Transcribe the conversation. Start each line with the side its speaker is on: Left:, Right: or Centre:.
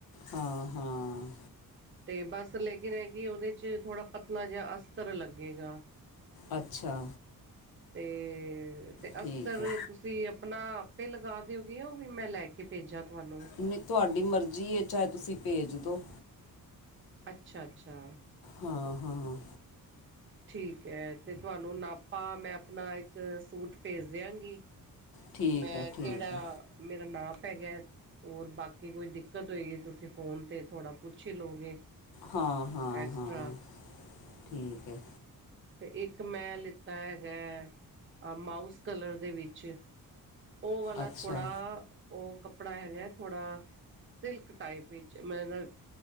Left: ਹਾਂ, ਹਾਂ।
Right: ਤੇ ਬਸ ਲੇਕਿਨ ਹੈ ਕਿ ਉਹਦੇ ਚ ਥੋੜ੍ਹਾ ਪਤਲਾ ਜਿਹਾ ਅਸਤਰ ਲੱਗੇਗਾ।
Left: ਅੱਛਾ।
Right: ਤੇ ਤੇ
Left: ਠੀਕ
Right: ਅਸਤਰ
Left: ਹੈ
Right: ਤੁ ਤੁਸੀਂ ਆਪਣਾ ਆਪੇ ਲਗਾ ਦਿਓਗੇ ਉਹ ਵੀ ਮੈਂ ਲੈ ਕੇ ਭੇਜਾਂ ਤੁਹਾਨੂੰ।
Left: ਨਹੀਂ ਤੁਹਾਡੀ ਮਰਜ਼ੀ ਚਾਹੇ ਤੁਸੀਂ ਭੇਜ ਦਿੋਉ।
Right: ਅੱਛਾ, ਅੱਛਾ।
Left: ਹਾਂ, ਹਾਂ, ਹਾਂ।
Right: ਠੀਕ ਹੈ। ਅਤੇ ਤੁਹਾਨੂੰ ਨਾਪਾ ਮੈਂ ਆਪਣਾ ਇੱਕ ਸੂਟ ਭੇਜ ਦਿਆਂਗੀ।
Left: ਠੀਕ
Right: ਕਿ ਮੈਂ
Left: ਹੈ ਠੀਕ
Right: ਕਿਹੜਾ
Left: ਹੈ
Right: ਮੇਰਾ ਨਾ ਪੈ ਗਿਆ। ਹੋਰ ਬਾਕੀ ਕੋਈ ਦਿੱਕਤ ਹੋਗੀਈ ਤੁਸੀਂ ਫੋਨ 'ਤੇ ਥੋੜ੍ਹਾ ਪੁੱਛੀ ਲਓਗੇ।
Left: ਹਾਂ ਹਾਂ
Right: ਐਕਸਟਰਾ
Left: ਹਾਂ ਠੀਕ ਹੈ।
Right: ਅਤੇ ਇੱਕ ਮੈਂ ਲਿੱਤਾ ਹੈਗਾ ਮਾਊਸ ਕਲਰ ਦੇ ਵਿੱਚ ਉਹ ਵਾਲਾ
Left: ਅੱਛਾ
Right: ਥੋੜਾ ਉਹ ਕੱਪੜਾ ਹੈਗਾ, ਥੋੜ੍ਹਾ ਸਿਲਕ ਟਾਈਪ ਵਿੱਚ ਮਤਲਬ